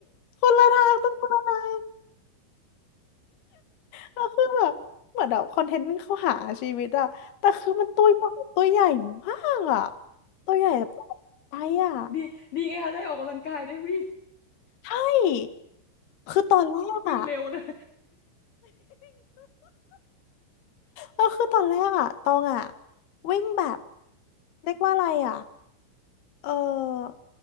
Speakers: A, on the left (about 55°); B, on the left (about 35°).
A: คนละทางต้องคนละทางแล้วคือแบบเหมือนแบบคอนเทนต์วิ่งเข้าหาชีวิตอ่ะแต่คือมันตัวใหญ่ตัวใหญ่มากอ่ะตัวใหญ่แบบตัวใหญ่อะ
B: ม <laughs> ดีดีไงคะได้ออกกำลังกายได้วิ่ง
A: ใช่คือตอนแรกอะ
B: วิ่งเร็วเลย
A: ก็คือตอนแรกอะตองอะวิ่งแบบเรียกว่าอะไรอะเออ